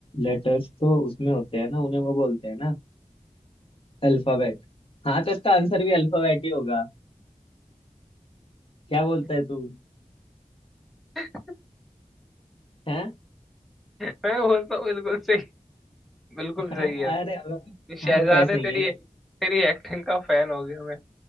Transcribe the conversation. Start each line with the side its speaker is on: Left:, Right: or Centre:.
Left: लेटर्स तो उसमें होते हैं ना उन्हें वो बोलते हैं ना अल्फाबेट हाँ तो इसका आंसर भी अल्फाबेट ही होगा क्या बोलता है तू
Centre: <laughs>
Left: हैं
Centre: मैं बोलता हूँ बिल्कुल सही बिल्कुल
Left: <laughs> अरे
Centre: सही है तू
Left: हम
Centre: शहजादे
Left: हम तो ऐसे ही
Centre: तेरी
Left: हैं
Centre: तेरी एक्टिंग का फैन हो गया मैं